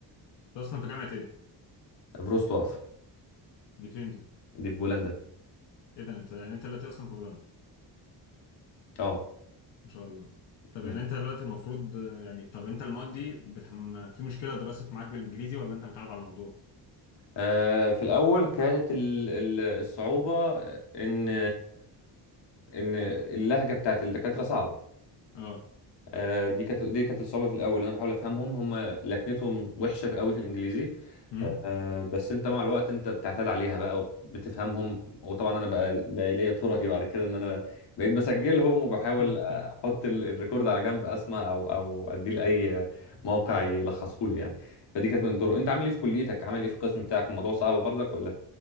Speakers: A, on the left; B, on the left.
A: اصلا في جامعه ايه
B: فروست وقف
A: دي فين دي
B: دي في بولندا
A: ايه ده انت يعني انت دلوقتي اصلا في بولندا
B: اه
A: ما شاء الله طب
B: م.
A: يعني انت دلوقتي المفروض آه، يعني طب انت المواد دي بتحم... في مشكله درست معاك بالانجليزي ولا انت متعود على الموضوع
B: آه، في الاول كانت ال- ال- الصعوبه ان ان اللهجه بتاعت الدكاتره صعبه
A: اه
B: آه، دي كانت دي كانت الصعوبه في الاول انا بحاول افهمهم هم لكنتهم وحشه في قوي في الانجليزي
A: امم
B: آه، بس انت مع الوقت انت بتعتاد عليها بقى وبتفهمهم وطبعا انا بقى بقى ليا طرقي بعد كده ان انا بقيت بسجلهم وبحاول
A: <laughs>
B: احط ال- الريكورد على جنب اسمع او او اديه لاي موقع يلخصه لي يعني فدي كانت من الطرق انت عامل ايه في كليتك عامل ايه في القسم بتاعك الموضوع صعب برضك ولا